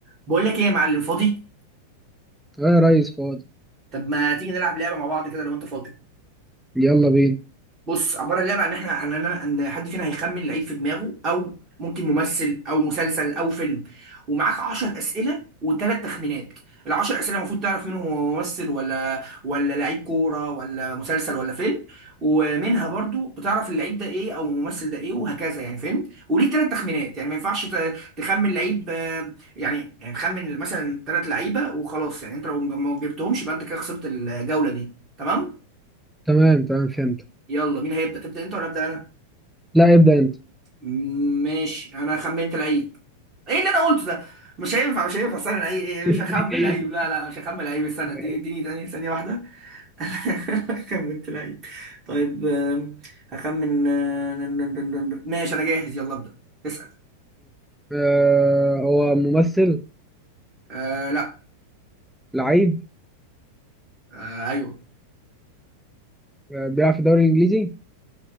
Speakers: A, on the right; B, in the centre.
A: بقول لك ايه يا معلم فاضي
B: اه يا ريس فاضي
A: طب ما تيجي نلعب لعبه مع بعض كده لو انت فاضي
B: يلا بينا
A: بص عباره اللعبه عن احنا ان انا ان حد فينا هيخمن لعيب في دماغه او ممكن ممثل او مسلسل او فيلم ومعاك 10 اسئله وثلاث تخمينات العشر اسئله المفروض تعرف منهم هو ممثل ولا ولا لعيب كوره ولا مسلسل ولا فيلم ومنها برضو بتعرف اللعيب ده ايه او الممثل ده ايه وهكذا يعني فهمت وليك ثلاث تخمينات يعني ما ينفعش ت- تخمن لعيب آه، يعني يعني تخمن مثلا ثلاث لعيبه وخلاص يعني انت لو ما جبتهمش يبقى انت كده خسرت الجوله دي تمام
B: تمام تمام فهمت
A: يلا مين هيبدا تبدا انت ولا ابدا انا
B: لا ابدأ انت
A: ماشي انا خمنت العيب ايه اللي انا قلته ده مش هينفع مش هينفع استنى العيب ايه
B: <laughs>
A: مش هخمن
B: ماشي
A: العيب لا لا مش هخمن العيب استنى
B: ماشي.
A: اديني اديني ثانية ثانية واحدة <laughs> خمنت العيب طيب آم، هخمن آه، نن- نن- نن- نن- ماشي انا جاهز يلا ابدأ اسأل
B: آه هو ممثل
A: آه لا
B: لعيب
A: آه ايوه
B: آه بيلعب في الدوري الانجليزي